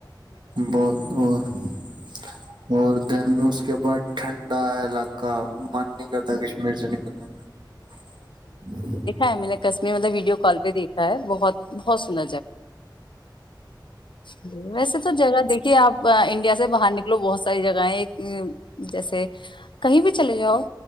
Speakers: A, on the right; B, on the left.
A: ਬਹੁਤ <unintelligible> ਔਰ ਦੈਨ ਉਸਕੇ ਬਾਅਦ ਠੰਡਾ ਲ <unintelligible> ਮਨ ਨਹੀਂ ਕਰਦਾ ਕਸ਼ਮੀਰ ਸੇ ਨਿਕਲਨੇ ਕਾ
B: <inaudible> ਮੈਂ ਤਾਂ ਵੀਡੀਓ ਕਲ ਪੇ ਦੇਖਾ ਐ ਬਹੁਤ <unintelligible> <unintelligible> ਵੈਸੇ ਤਾਂ ਜਗ੍ਹਾ ਦੇਖੀ ਆਪ ਇੰਡੀਆ ਸੇ ਬਾਹਰ ਨਿਕਲੋ ਬਹੁਤ ਸਾਰੀ ਜਗਾਾ ਹੈ ਜੈਸੇ ਕਹੀ ਭੀ ਚਲੇ ਜਾਓ